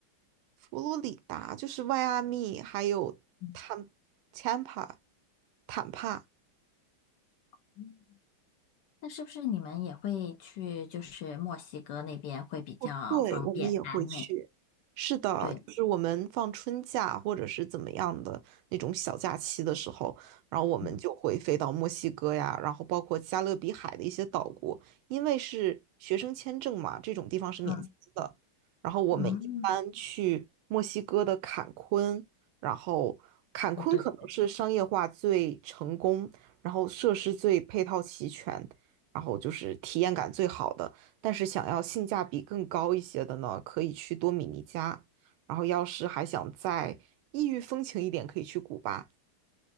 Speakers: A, on the right; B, on the left.
A: 佛罗里达就是迈阿密，还有坦坦帕
B: 嗯
A: 坦帕。
B: 嗯那是不是你们也会去，就是墨西哥那边会比较方便，
A: 哦，对，我们也会去。
B: 南美？
A: 是的，
B: 对，
A: 就是我们放春假或者是怎么样的那种小假期的时候，然后我们就会飞到墨西哥呀，
B: 嗯
A: 然后包括加勒比海的一些岛国，因为是学生签证嘛，这种地方是免签的。
B: 嗯
A: 然后我们一般去墨西哥的坎昆，
B: 嗯，
A: 然后坎昆可能是商业化最成功，
B: 哦对对对，
A: 然后设施最配套齐全，然后就是体验感最好的。但是想要性价比更高一些的呢，可以去多米尼加。然后要是还想再异域风情一点，可以去古巴。